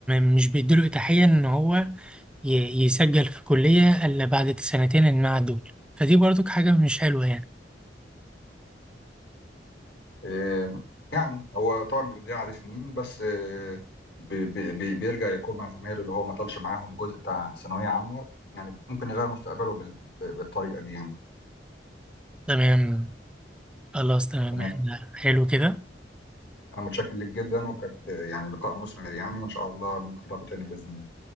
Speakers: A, in the centre; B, on the left (about 70°).
A: م- مش بيديله إتاحية إن هو ي- يسجل في كلية إلا بعد السنتين المعاد دول فدي برضك حاجة مش حلوة يعني
B: آه، يعني هو طبعا بيضيع عليه سنين بس آه، بي- بي- بي- بيرجع يكون مع زمايله اللي هو ما طالش معاهم جزء بتاع ثانوية عامة يعني ممكن يغير مستقبله بال- بالطريقة دي يعني
A: تمام خلاص تمام
B: تمام
A: إحنا حلو كده
B: أنا متشكر لك جدا وكانت آه، يعني لقاء مثمر يعني وإن شاء الله نكرره تاني بإذن الله